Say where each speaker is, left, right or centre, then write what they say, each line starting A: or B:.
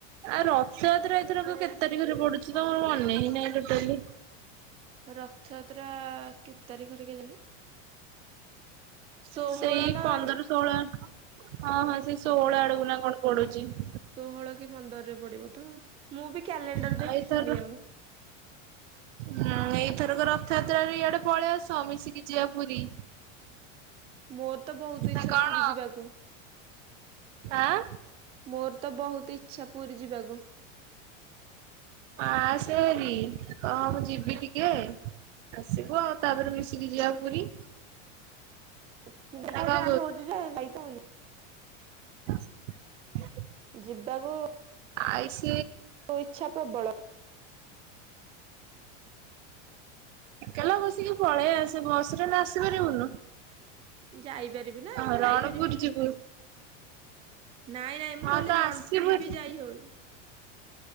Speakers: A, on the right; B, on the right.
A: ଆଉ ରଥଯାତ୍ରାର ଏଇଥରକ କେତେ- -ତାରିଖରେ ପଢୁଛି ତ ମୋର ମନହିଁ ନାହିଁ ଟୋଟାଲି
B: ରଥଯାତ୍ରା କେତେ ତାରିଖରେ କେଜାଣି? ଷୋହଳ
A: ସେଇ
B: ନା
A: ପନ୍ଦର ଷୋହଳ ଆଗ ହଁ, ହଁ ସେ ଷୋହଳ ଆଡକୁ ନା କଣ ପଡୁଛି! !
B: ଷୋହଳ କି ପନ୍ଦରରେ ପଡିବ ତ ମୁଁ ବି କ୍ୟାଲେଣ୍ଡର
A: ଏଇଥର
B: ଦେଖିନି ଆଉ।
A: ହଁ ଏଇଥରକ ରଥଯାତ୍ରା ରେ ଇଆଡେ ପଳେଇ ଆସ ମିଶିକି ଯିବା ପୁରୀ।
B: ମୋର ତ ବହୁତ
A: ନା
B: ଇଛା
A: କଣ
B: ପୁରୀ ଯିବାକୁ।
A: ଆଁ
B: ମୋର ତ ବହୁତ ଇଛା ପୁରୀ ଯିବାକୁ।
A: ହଁ ଆସେ ଭାରି କହ ମୁଁ ଯିବି ଟିକେ ଆସିବୁ ଆଉ ତାପରେ ମିଶିକି ଯିବା ପୁରୀ।
B: <unintelligible>
A: ନା କଣ ହ <unintelligible>
B: ଜିିବାକୁ
A: ଆଇସି
B: ତୋ ଇଚ୍ଛା ପ୍ରବଳ
A: ଏକଲା ବସିକି ପଳେଇ ଆସ ବସ ରେ ନା ଆସିପାରିବୁନୁ?
B: ଯାଇପାରିବି ନା
A: ହଁ
B: ଯାଇପାରିବିନି
A: ରଣପୁର ଯିବୁ
B: କାହିଁକି? ନାଇଁ ନାଇଁ ମୁଁ
A: ହଁ
B: କହିଲି
A: ତ
B: ରଣପୁର
A: ଆସିବୁ ହେରି।
B: ବି ଯାଇହୋଉନି।